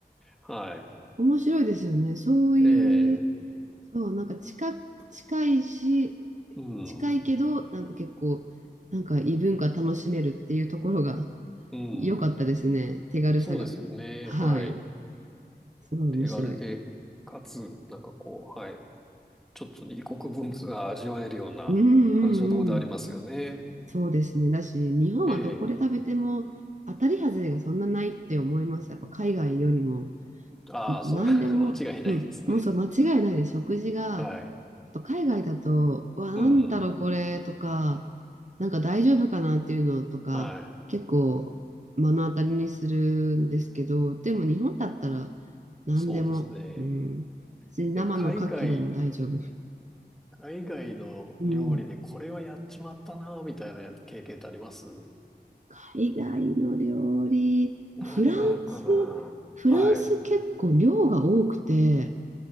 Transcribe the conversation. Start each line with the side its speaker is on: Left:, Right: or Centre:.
Centre: はい。
Right: <laughs> 面白いですよね。そういう、
Centre: ええ、
Right: そう、なんか近、近いし、
Centre: うん、
Right: 近いけど、なんか結構、なんか異文化楽しめるっていうところが
Centre: うん。
Right: 良かったですね。手軽さが。
Centre: そうですよね。
Right: はい。
Centre: はい。
Right: すごい面白い。
Centre: 手軽で、かつ、なんかこう、はい。ちょっと異国文化が味わえるような感じのところでありますよね。
Right: うんうんうん。そうですね。だし、日本はどこで食べても当たり外れがそんなないって思います。
Centre: ええ。
Right: やっぱ海外よりも。
Centre: ああ、それは
Right: 何でも、
Centre: <laughs> 間違いないですね。
Right: うん、もうそう、間違いないです。食事が、や
Centre: はい。
Right: っぱ海外だと、うわ、なんだろうこれとか、
Centre: うん。
Right: なんか大丈夫かなっていうのとか、
Centre: はい。
Right: 結構目の当たりにするんですけど、でも日本だったら何でも、
Centre: そうですね。
Right: うん、別に生の牡蠣でも大丈夫。
Centre: え、海外、海外の料理でこれはやっちまったな、
Right: うん、
Centre: みたいな経験ってあります
Right: 海外の料理、
Centre: 何があるかな。
Right: フランス、フランス結構量が多くて、
Centre: はい。